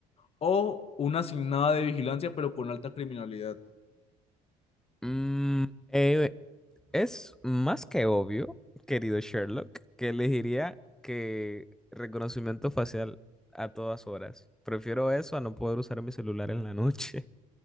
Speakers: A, on the left; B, in the centre.
A: o una asignada de vigilancia, pero con alta criminalidad.
B: Mm, eh, es más que obvio, querido Sherlock, que elegiría que reconocimiento facial a todas horas. Prefiero eso a no poder usar mi celular en la noche.